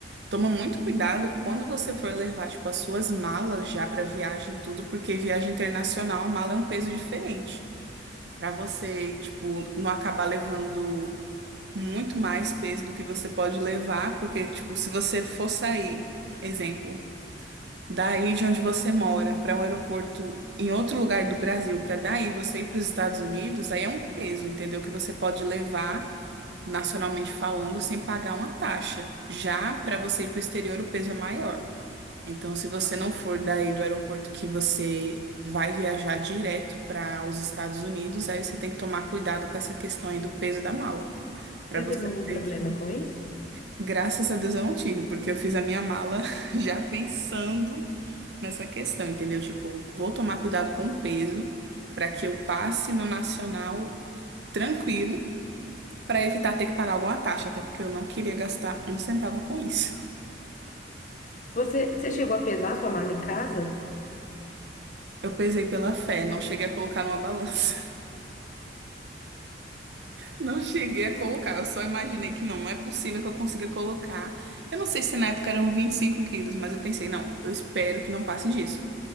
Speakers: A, on the right; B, on the left.
A: Toma muito cuidado quando você for levar, tipo, as suas malas já para viagem e tudo, porque viagem internacional, a mala é um peso diferente. Para você, tipo, não acabar levando muito mais peso do que você pode levar, porque, tipo, se você for sair, exemplo, daí de onde você mora para um aeroporto em outro lugar do Brasil, para daí você ir para os Estados Unidos, aí é um peso, entendeu? Que você pode levar nacionalmente falando sem pagar uma taxa. Já para você ir para o exterior, o peso é maior. Então, se você não for daí do aeroporto que você vai viajar direto para os Estados Unidos, aí você tem que tomar cuidado com essa questão aí do peso da mala, para
B: Você
A: você
B: teve algum
A: não ter
B: problema
A: que.
B: com isso?
A: Graças a Deus eu não tive, porque eu fiz a minha mala <laughs> já pensando nessa questão, entendeu? Tipo, vou tomar cuidado com o peso para que eu passe no nacional tranquilo, para evitar ter que pagar alguma taxa, até porque eu não queria gastar um centavo com isso.
B: Você, você chegou a pesar sua mala em casa?
A: Eu pesei pela fé, não cheguei a colocar numa balança. Não cheguei a colocar, eu só imaginei que não, não é possível que eu consiga colocar. Eu não sei se na época eram 25 quilos, mas eu pensei, não, eu espero que não passe disso.